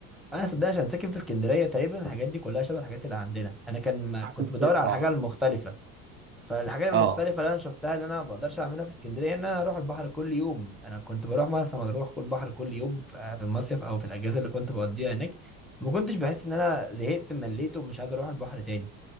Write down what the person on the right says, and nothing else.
عشان
كده
اه
اه